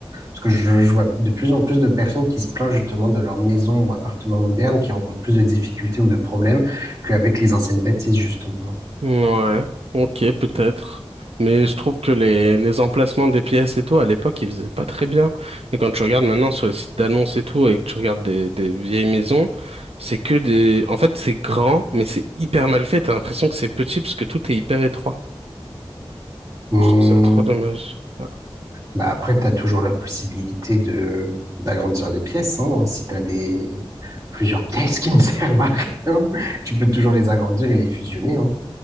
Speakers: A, on the right; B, on the right.
A: Parce que je, je vois de plus en plus de personnes qui se plaignent justement de leur maison ou appartement moderne, qui rencontrent plus de difficultés ou de problèmes qu'avec les anciennes bâtisses, justement.
B: Ouais, ok, peut-être. Mais je trouve que les, les emplacements des pièces et tout, à l'époque, ils faisaient pas très bien. Et quand tu regardes maintenant sur les sites d'annonces et tout, et que tu regardes des, des vieilles maisons, c'est que des... En fait, c'est grand, mais c'est hyper mal fait. T'as l'impression que c'est petit parce que tout est hyper étroit.
A: Hum,
B: Je trouve ça trop dommage. Ah.
A: Bah après, tu as toujours la possibilité de d'agrandir les pièces, hein. Si tu as des plusieurs pièces qui ne <laughs> servent à rien, tu peux toujours les agrandir et les fusionner, hein.